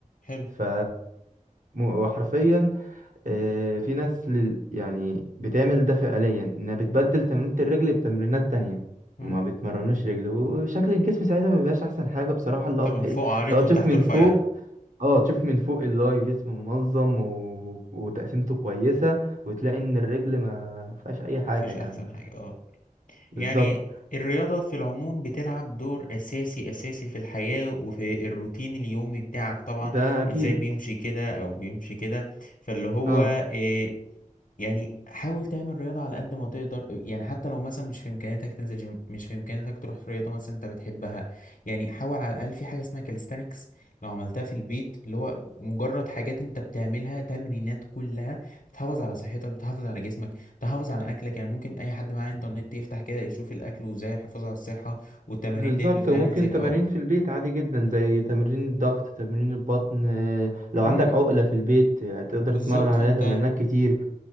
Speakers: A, on the left; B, on the right.
A: حلو
B: ف م- وحرفيا آه، في ناس لل... يعني بتعمل ده
A: مم.
B: فعليا انها بتبدل تمرينة الرجل بتمرينات تانية
A: مم.
B: ما بيتمرنوش رجل وشكل الجسم ساعتها ما بيبقاش احسن حاجة بصراحة
A: انت
B: اللي هو
A: من
B: تحس
A: فوق عريض
B: لو
A: ومن
B: تشوف
A: تحت
B: من
A: رفيع
B: فوق اه تشوف من فوق اللي هو الجسم منظم و... وتقسيمته كويسة وتلاقي ان الرجل ما فيهاش اي حاجة
A: مفيش
B: يعني
A: احسن حاجة اه
B: بالظبط
A: يعني الرياضة في العموم بتلعب دور أساسي أساسي في الحياة وفي الروتين اليومي بتاعك طبعا
B: ده اكيد
A: إزاي بيمشي كده أو بيمشي كده فاللي هو
B: اه
A: آه، يعني حاول تعمل رياضة على قد ما تقدر يعني حتى لو مثلا مش في إمكانياتك تنزل جيم مش في إمكانياتك تروح في رياضة مثلا أنت بتحبها يعني حاول على الأقل في حاجة اسمها كاليستانكس لو عملتها في البيت اللي هو مجرد حاجات أنت بتعملها تمرينات كلها بتحافظ على صحتك بتحافظ على جسمك تحافظ على أكلك يعني ممكن أي حد معاه إنترنت يفتح كده يشوف الأكل وإزاي الحفاظ على الصحة والتمارين
B: بالظبط
A: دي بتتعمل
B: وممكن
A: إزاي
B: تمارين
A: أه
B: في البيت عادي جدا زي تمرين الضغط تمرين البطن آه، لو
A: امم
B: عندك عقلة في البيت آه، تقدر
A: بالظبط
B: تتمرن عليها
A: فأنت
B: تمرينات كتير